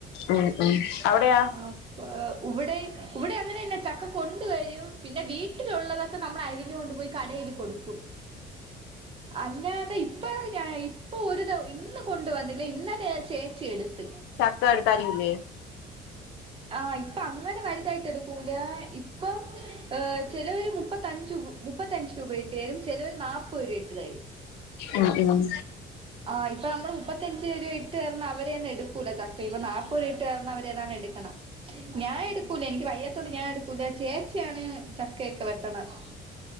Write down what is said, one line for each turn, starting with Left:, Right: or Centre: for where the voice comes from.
Left: ഉം അവിടെയാ.
Right: അപ്പെ ഇവടെ ഇവടെ അങ്ങനെ തന്നെ ചക്ക. കൊണ്ടുവരും പിന്നെ വീട്ടിലുള്ളതൊക്കെ നമ്മൾ അരിഞ്ഞു കൊണ്ടുപോയി കടയില് കൊടുക്കും. അല്ലാതെ ഇപ്പെ ഞാൻ ഇപ്പൊ ഒരു ഇത് ഇന്ന് കൊണ്ടുവന്നില്ല ഇന്നെലെ ഞാൻ ചേച്ചി എടുത്ത്.
Left: തടത്താരുമില്ലേ?
Right: ആഹ് ഇപ്പൊ അങ്ങനെ വലുതായിട്ട് എടുക്കൂല ഇപ്പം ഏഹ് ചെലവരു മുപ്പത്തഞ്ചു മുപ്പത്തഞ്ച് രൂപ ഇട്ട് തരും ചിലോര് നാപ്പത് രൂപ ഇട്ട്തരും.
Left: ഉം ഉം.
Right: ആഹ് ഇപ്പെ നമ്മളെ മുപ്പത്തഞ്ച് രൂപ ഇട്ട്തന്ന അവരെ തന്നെ എടുകൂല ചക്ക, ഇപ്പ നാല്പ്പത് രൂപ ഇട്ട്തന്ന അവരതാണ് എട് എടുക്കണെ, ഞാൻ എടുക്കൂല എനിക്ക് വയ്യത്തോണ്ട് ഞാൻ എടുക്കൂല ചേച്ചിയാണ് ചക്കയെക്കെ വെട്ടണത്.